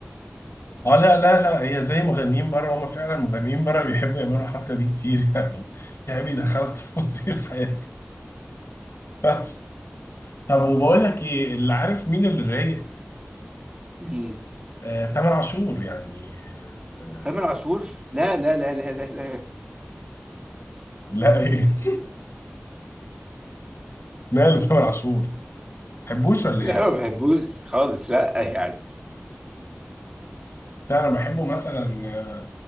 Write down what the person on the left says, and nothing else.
اه لا لا لا هي زي مغنيين بره هم فعلا مغنيين بره بيحبوا يعملوا الحركه دي كتير يعني يعني بيدخلك في تفاصيل حياتك بس طب وبقول لك ايه اللي عارف مين اللي رايق
آه، تامر عاشور يعني آه،
لا ايه <laughs> ماله تامر عاشور تحبوش ولا
ايه
لا انا بحبه مثلا آه،